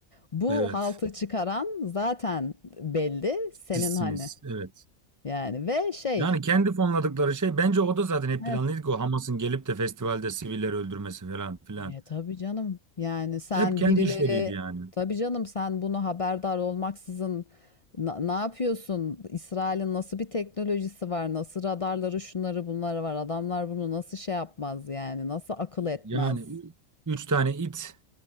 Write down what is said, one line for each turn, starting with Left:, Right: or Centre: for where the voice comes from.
Left: Bu
Right: Evet.
Left: haltı çıkaran zaten belli senin
Right: Sizsiniz.
Left: hani
Right: Evet.
Left: yani ve şey
Right: Yani kendi fonladıkları şey bence o da zaten hep planlıydı
Left: evet
Right: ki o Hamas'ın gelip de festivalde sivilleri öldürmesi falan filan.
Left: e, tabii canım yani sen
Right: Hep kendi
Left: birileri
Right: işleriydi yani.
Left: tabii canım sen bunu haberdar olmaksızın na- ne yapıyorsun? İsrail'in nasıl bir teknolojisi var? Nasıl radarları şunları bunları var? Adamlar bunu nasıl şey yapmaz yani? Nasıl akıl etmez?
Right: Yani ü- üç tane it